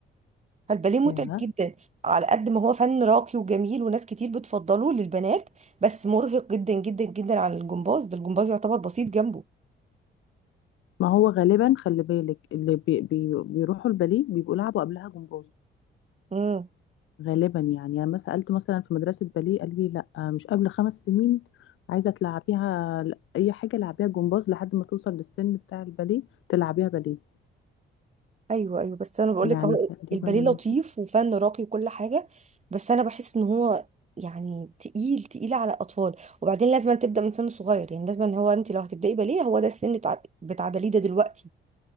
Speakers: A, on the right; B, on the left.
A: فالباليه متعب
B: ياه
A: جدا على قد ما هو فن راقي وجميل وناس كتير بتفضله للبنات بس مرهق جدا جدا جدا على الجمباز ده الجمباز يعتبر بسيط جنبه
B: ما هو غالبا خلي بالك اللي بي بي بيروحوا الباليه بيبقوا لعبوا قبلها جمباز
A: مم.
B: غالبا يعني انا ما سالت مثلا في مدرسه باليه قالوا لي لا مش قبل خمس سنين عايزه تلعبيها ل- اي حاجه لعبيها جمباز لحد ما توصل للسن بتاع الباليه تلعبيها باليه
A: ايوه ايوه بس انا بقول
B: يعني
A: لك اهو
B: تقريبا
A: الباليه لطيف وفن راقي وكل حاجه بس انا بحس ان هو يعني تقيل تقيل على الاطفال وبعدين لازم تبدا من سن صغير يعني لازم هو انت لو هتبداي باليه هو ده السن تع- بتعدليه ده دلوقتي